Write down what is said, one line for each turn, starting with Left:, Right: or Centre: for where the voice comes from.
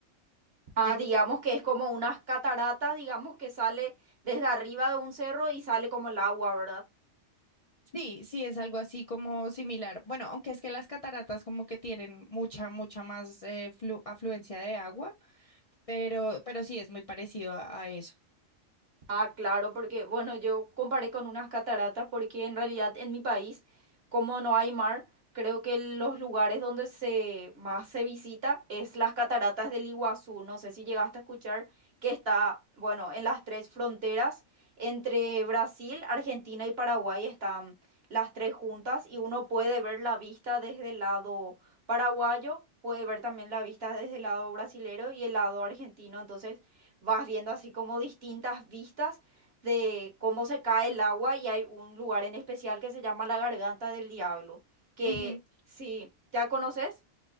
Right: Ah, digamos que es como unas cataratas, digamos que sale desde arriba de un cerro y sale como el agua, ¿verdad?
Left: Sí, sí, es algo así como similar. Bueno, aunque es que las cataratas como que tienen mucha, mucha más eh, flu- afluencia de agua, pero, pero sí es muy parecido a, a eso.
Right: Ah, claro, porque bueno, yo comparé con unas cataratas porque en realidad en mi país, como no hay mar, creo que los lugares donde se más se visita es las cataratas del Iguazú. No sé si llegaste a escuchar que está, bueno, en las tres fronteras entre Brasil, Argentina y Paraguay están las tres juntas y uno puede ver la vista desde el lado paraguayo, puede ver también la vista desde el lado brasilero y el lado argentino. Entonces, vas viendo así como distintas vistas de cómo se cae el agua y hay un lugar en especial que se llama la Garganta del Diablo, que
Left: Ujú.
Right: sí, ¿ya conoces?